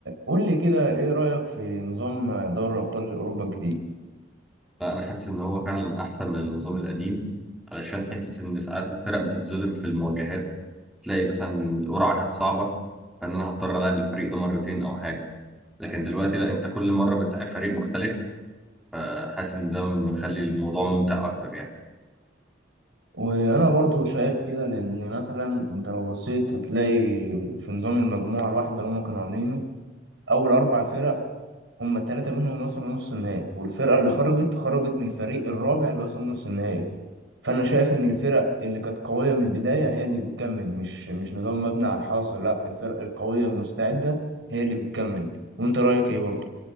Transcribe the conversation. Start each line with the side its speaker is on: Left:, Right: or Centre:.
Right: قول لي كده ايه رأيك في نظام دوري ابطال اوروبا الجديد
Centre: لا انا حاسس ان هو فعلا احسن من النظام القديم علشان حته ان ساعات الفرق بتتظلم في المواجهات تلاقي مثلا القرعه كانت صعبه فان انا هضطر العب الفريق ده مرتين او حاجه لكن دلوقتي لا انت كل مره بتلاعب فريق مختلف فحاسس ان ده مخلي الموضوع ممتع اكتر يعني
Right: وانا برضو شايف كده لان مثلا انت لو بصيت هتلاقي في نظام المجموعة الواحدة اللي هم كانوا عاملينه اول اربع فرق هم التلاتة منهم وصلوا نص النهائي والفرقة اللي خرجت خرجت من الفريق الرابع اللي وصل نص النهائي فانا شايف ان الفرق اللي كانت قوية من البداية هي اللي بتكمل مش مش نظام مبني على الحظ لا الفرق القوية المستعدة هي اللي بتكمل وانت رأيك ايه برضو